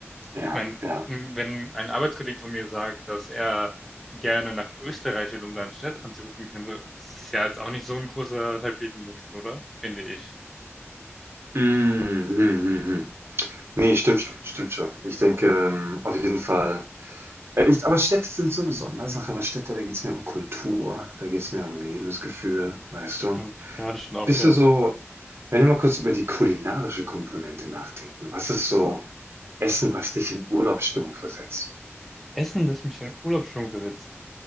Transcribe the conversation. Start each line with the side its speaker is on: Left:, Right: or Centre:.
Right: ja,
Centre: Ich meine,
Right: ja.
Centre: m, wenn ein Arbeitskollege von mir sagt, dass er gerne nach Österreich will, um da eine Stadt anzugucken, ich meine, so, das ist ja jetzt auch nicht so ein großer Tapetenwechsel, oder? Finde ich.
Right: Mm, hm, hm, hm. hm. Nee, stimmt schon, stimmt schon. Ich denke, ähm, auf jeden Fall. Äh, Ich, aber Städte sind so eine Sondersache, weil Städte, da geht es mir um Kultur, da geht es mir um Lebensgefühl, weißt
Centre: Stimmt.
Right: du?
Centre: Ja, das stimmt auch
Right: Bist
Centre: wieder.
Right: du so Wenn wir mal kurz über die kulinarische Komponente nachdenken, was ist so Essen, was dich in Urlaubsstimmung versetzt?
Centre: Essen, das mich in Urlaubsstimmung versetzt.